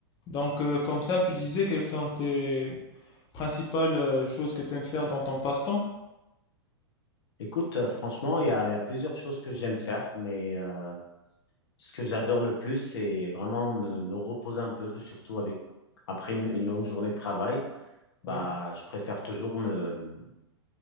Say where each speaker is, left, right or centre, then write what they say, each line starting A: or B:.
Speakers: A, on the left; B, on the left.
A: Donc, euh, comme ça, tu disais quelles sont tes principales euh, choses que tu aimes faire dans ton passe-temps?
B: Écoute, euh, franchement, il y a, il y a plusieurs choses que j'aime faire, mais euh, ce que j'adore le plus, c'est vraiment me, me reposer un peu, surtout avec après une, une longue journée de travail.
A: Ouais,
B: Bah, je préfère toujours me,